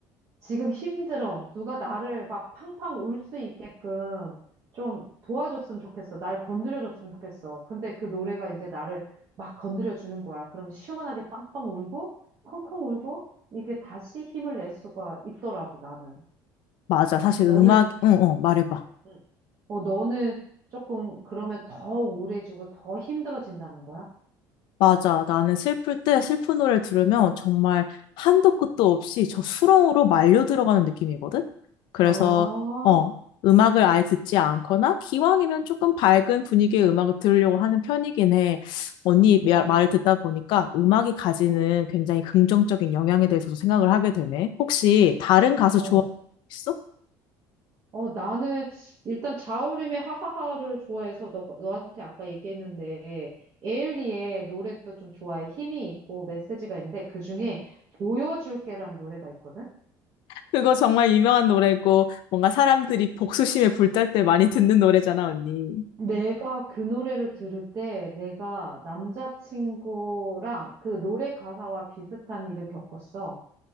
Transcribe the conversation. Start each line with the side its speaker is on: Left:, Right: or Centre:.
Right: 지금 힘들어. 누가 나를 막 팡팡 울 수 있게끔 좀 도와줬으면 좋겠어. 날 건드려줬으면 좋겠어. 근데 그 노래가 이제 나를 막 건드려주는 거야. 그럼 시원하게 빵빵 울고, 콩콩 울고, 이게 다시 힘을 낼 수가 있더라고, 나는.
Left: 맞아. 사실
Right: 너는,
Left: 음악, 응, 어, 말해봐.
Right: 응. 어, 너는 조금 그러면 더 우울해지고 더 힘들어진다는 거야?
Left: 맞아. 나는 슬플 때 슬픈 노래를 들으면 정말 한도 끝도 없이 저 수렁으로 말려 들어가는 느낌이거든? 그래서,
Right: 아,
Left: 어, 음악을 아예 듣지 않거나 기왕이면 조금 밝은 분위기의 음악을 들으려고 하는 편이긴 해. 언니 말-
Right: 아,
Left: 말을 듣다 보니까 음악이 가지는
Right: 어,
Left: 굉장히 긍정적인 영향에 대해서도 생각을 하게 되네. 혹시 다른 가수
Right: 어.
Left: 좋아하 있어?
Right: 어, 나는 일단 자우림의 하하하를 좋아해서 너, 너한테 아까 얘기했는데 에일리의 노래도 좀 좋아해. 힘이 있고 메시지가 있는데 그중에 보여줄게라는 노래가 있거든.
Left: 그거 정말 유명한 노래고 뭔가 사람들이 복수심에 불탈 때 많이 듣는 노래잖아, 언니.
Right: 내가 그 노래를 들을 때 내가 남자친구랑 그 노래 가사와 비슷한 일을 겪었어.